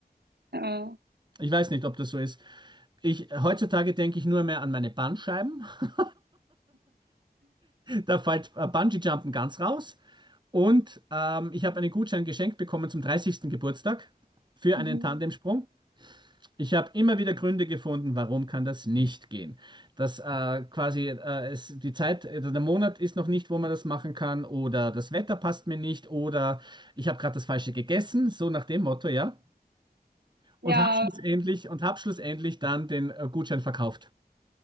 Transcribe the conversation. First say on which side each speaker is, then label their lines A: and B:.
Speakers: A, on the right; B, on the right.
A: Ja.
B: Ich weiß nicht, ob das so ist. Ich, heutzutage denke ich nur mehr an meine Bandscheiben. <laughs> Da fällt äh, Bungee-Jumpen ganz raus. Und ähm, ich habe einen Gutschein geschenkt bekommen zum dreißigsten Geburtstag für
A: Mhm.
B: einen Tandemsprung. Ich habe immer wieder Gründe gefunden, warum kann das nicht gehen. Dass äh, quasi äh, es, die Zeit, äh, der Monat ist noch nicht, wo man das machen kann, oder das Wetter passt mir nicht, oder ich habe gerade das Falsche gegessen, so nach dem Motto, ja. Und
A: Ja,
B: habe schlussendlich, und hab schlussendlich dann den äh, Gutschein verkauft.